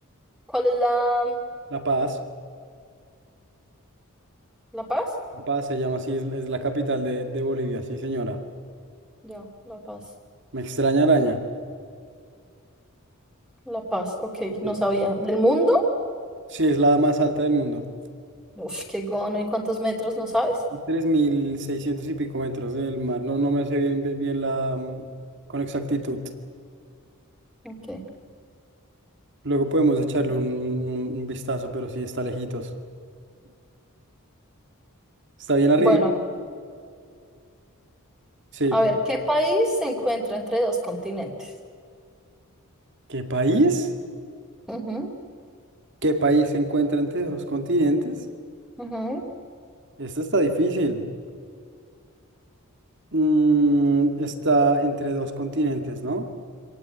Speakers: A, in the centre; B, on the right (about 55°).
A: cuál es la,
B: La Paz.
A: La Paz?
B: La Paz se llama así, es, es la capital de, de Bolivia, sí, señora.
A: Ya, La Paz.
B: Me extraña araña.
A: La Paz, ok, no
B: Sí,
A: sabía. ¿Del mundo?
B: Sí, es la más alta del mundo.
A: Uf, qué gono. ¿Y cuántos metros? ¿No sabes?
B: A 3.600 y pico metros del mar. No, no me sé bien, bien, bien la, mm, con exactitud.
A: Ok.
B: Luego podemos echarle un, un- un vistazo, pero sí está lejitos. Está bien arriba.
A: Bueno,
B: Sí.
A: a ver, ¿qué país se encuentra entre dos continentes?
B: ¿Qué país?
A: Ujú,
B: ¿Qué país se encuentra entre dos continentes?
A: ujú.
B: Esto está difícil. Mm, está entre dos continentes, ¿no? O